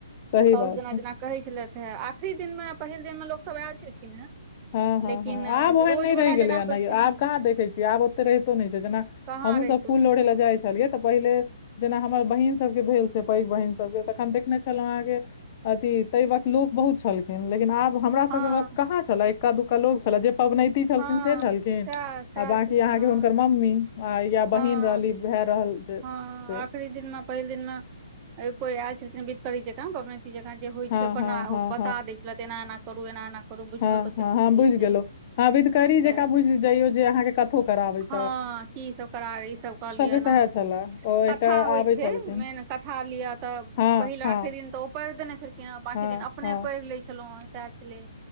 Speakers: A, on the left; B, on the right.
A: सही
B: त सास
A: बात
B: जेना
A: छै
B: जेना कहै छलेथ हे आखरी दिनमे पहिल दिनमे लोक सब आलखिन हेँ
A: हँ हँ
B: लेकिन
A: हँ आब ओहन
B: रोजवला
A: नहि रहि गेलै
B: जेना
A: ह
B: होइ
A: ने
B: छै
A: आब कहाँ देखै छियै आब ओते रहितो नहि छै जेना
B: कहाँ
A: हमहु
B: रहितो
A: सब फूलोढ़े
B: छै सएह
A: लए जाइ छी छलियै तऽ पहिले जेना हमर बहिन सबके भेल छै पैघ बहिन सबके तखन देखने छल अहाँके अथि तहि वक्त लोक बहुत छलखिन लेकिन आब हमरासभके
B: हँ
A: वक्त कहाँ छलए एक्का दुक्का लोक छलए जे पबनैती छलखिन
B: हँ
A: से छलखिन
B: सएह सएह
A: आ बकी
B: छलखिन
A: अहाँके
B: हँ
A: हुनकर मम्मी आ या
B: हँ
A: बहीन रहली भाय रहल जे
B: हँ
A: से
B: आखरी दिन में पहिल दिन मे कोई आयल छलथिन बध करी जका पवनैत जकाँ जे होइ
A: हँ
B: छै बना
A: हँ हँ
B: बता दै छले एना एना करु एना एना करू बुझलो
A: हं
B: तऽ ओतेक
A: हं
B: नहि
A: हं
B: रहै
A: बुझि
B: छै
A: गेलौं हं विधकरी
B: तऽ
A: ज क बुझि ज‌इयौ जे अहां के कथो कराबय छै
B: हँ की सभ करा ई सब कलिय ऐना
A: सएह
B: ऐना
A: छलए ओ एकटा
B: कथा होइत
A: आबै
B: छै
A: छलखिन
B: मेन कथा लिअ तऽ
A: हँ
B: पहिल
A: हँ
B: आखरी दिन तऽ ओ पढ़ि देने छलखिन केना बाँाकी
A: हँ
B: दिन अपने
A: हँ
B: पढ़ि लै छलहुँ हँ सएह छलै